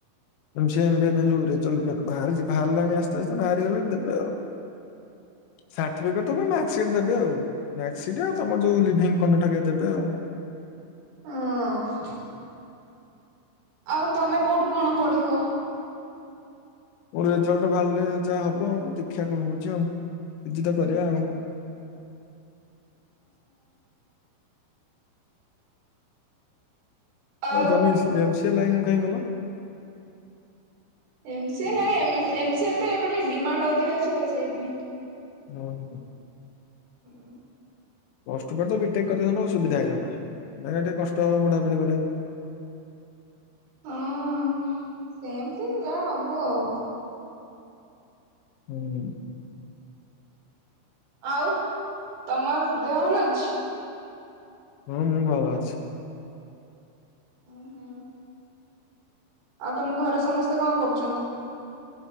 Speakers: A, on the left; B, on the right.
A: M C A, M B A ପାଇଁ ଯୋଉ ରେଜଲ୍ଟ ବା-ଭାରିଚି ବାହାରିଲାଣି ଆସ୍ତେ ଆସ୍ତେ ବାହାରିଗଲେ ଦେବେ ଆଉ। ସାର୍ଟିଫିକେଟ୍ ତ କଣ ମାର୍କସିଟ ଦେବେ ଆଉ। ମାର୍କସିଟ ଆଉ ତମର ଯୋଉ ଲିଭିଙ୍ଗ କଣ୍ଡକ୍ଟ ହେରିକା ଦେବେ ଆଉ।
B: ହଁ, ଆଉ ତମେ କୋଉଠି କଣ ପଢିବ?
A: ମୋର ରେଜଲ୍ଟ ବାହାରିଲେ ଯାହା ହବ ଆଉ। ଦେଖିବା କଣ ହଉଛି ଆଉ? ପି ଜି ତ କରିବା ଆଉ।
B: ଆଉ
A: ହଁ ତମେ ସେ ଏମ୍ ସି ଏ ଲାଇନକୁ କାହିଁକି ଗଲ?
B: ଏମ ସି ଏ ଲାଇଁ ଏମିତି ଏମ୍ ସି ଏ ରେ ଟିକେ ଏବେ ଟିକେ ଡିମାଣ୍ଡ ଅଧିକା ଅଛି ତ ସେଇଥିପାଇଁ।
A: ହୁଁ ହୁ <inaudible>
B: ହୁଁ। <inaudible>
A: ପ୍ଲସ ଟୁ ପରେ ତ ବିଟେକ୍ କରିଦେଇଥାନ୍ତ ସୁବିଧା ହେଇଥାନ୍ତା, ଯାହା ଟିକେ କଷ୍ଟ ହବ ପଢା ପଢି କରିଆକୁ।
B: ହଁ ସେମିତି ଯାହା ହବ ଆଉ।
A: ହୁଁ।
B: ଆଉ ତମ ଦେହ ଭଲ ଅଛି?
A: ହଁ ମୁଁ ଭଲ ଅଛି।
B: ଉଁ ହୁଁ। ଆଉ ତମ ଘରେ ସମସ୍ତେ କଣ କରୁଚନ୍ତି?